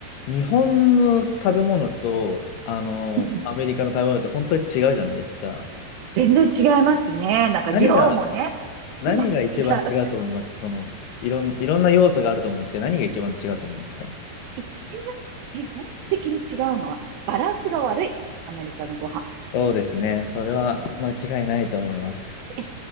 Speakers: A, on the left (about 80°); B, on the right (about 75°).
A: 日本の食べ物と、あの、
B: うん、
A: アメリカの食べ物って本当に違うじゃないですか。
B: 全然違いますね。なんか量もね、
A: 何が、
B: 質も違う。
A: 何が一番違うと思いますその、いろん、いろんな要素があると思うんですけど、何が一番違うと思いますか
B: 一番基本的に違うのはバランスが悪い。アメリカのご飯。
A: そうですね。それは間違いないと思います。
B: 一